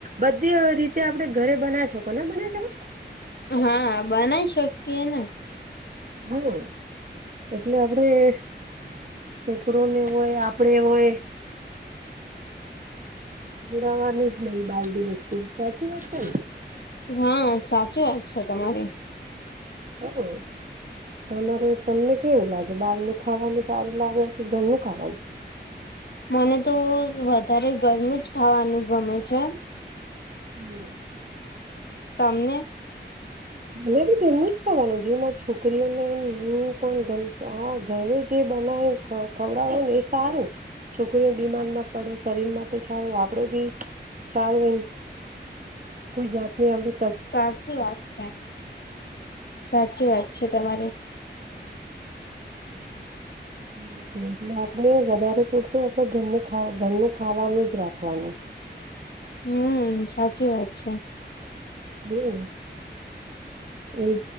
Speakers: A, on the right; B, on the left.
A: બધી રીતે આપડ ઘરે બનાવી શકો ને બનાવી શકો?
B: હા બનાવી શકીએ ને.
A: હા એટલે આપડે- છોકરોને હોય આપડે હોય. બુરાવાની જ નઈ બાલડી વસ્તુ સાચી વાત છે ને.
B: હા સાચી વાત છે તમારી
A: હા તમારે તમને કેવું લાગે બહાર નું ખાવાનું સારું લાગે કે ઘરનું ખાવાનું
B: મને તો વધારે ઘરનું જ ખાવાનુ ગમે છે
A: હમ
B: તમને
A: મ બી ગમુ જ થવાનું જેમાં છોકરીઓને હું પણ ગમ આ ઘરે જે બનાવે હ ખવડાવું ને એ સારું છોકરીઓ બીમાર ના પડે શરીર માટે સારું આપડે બી સારું એમ કોઈ જાત આપડ
B: સાચી વાત છે સાચી વાત છે તમારી
A: આપડ વધારે ફડ તો આપડે ઘર ઘરનું ખાવાનું જ રાખવાનું
B: હમ સાચી વાત છે
A: હમ એજ